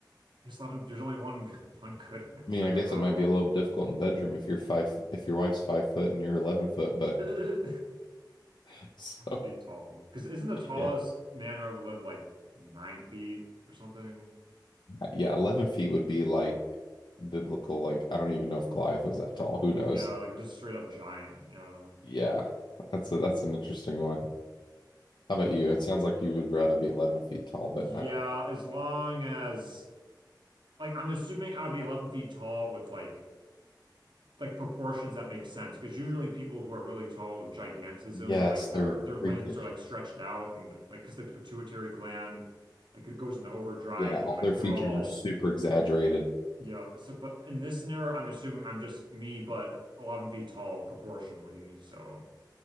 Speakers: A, on the right (about 80°); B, on the left (about 75°).
A: I guess 11 there's only one <laughs> one good answer
B: I mean, I
A: for
B: guess
A: that
B: it might
A: one.
B: be a little bit difficult in the bedroom if you're five, if your wife's five foot and you're 11 foot, but
A: <laughs> 11
B: <laughs> so
A: feet tall. Because isn't the tallest
B: yeah,
A: man who ever lived like 9 feet or something?
B: yeah, 11 feet would be like biblical. Like, I don't even know if Goliath was that tall. Who knows?
A: Yeah, like just straight up giant. Yeah.
B: Yeah, that's a, that's an interesting one. How about you?
A: Yeah.
B: It sounds like you would rather be 11 feet tall, but
A: Yeah,
B: I don't know.
A: as long as like I'm assuming I'd be 11 feet tall with like like proportions that make sense because usually people who are really tall with gigantism
B: Yes,
A: like their
B: they're
A: their limbs
B: freakish.
A: are like stretched out and like because like the pituitary gland like it goes into overdrive
B: Yeah, all
A: and like
B: their features
A: they're all
B: are super exaggerated.
A: yeah so but in this scenario I'm assuming I'm just me but 11 feet tall proportionally so